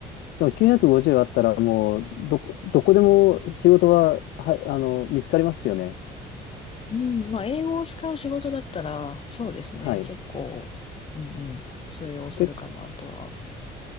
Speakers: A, on the left (about 70°); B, on the left (about 35°).
A: でも950あったらもう、どこ、どこでも仕事は、はい、あの、見つかりますよね。
B: うん、まあ、英語を使う仕事だったら、そうですね。
A: はい。
B: 結構、うんうん、通用するかなとは。
A: け、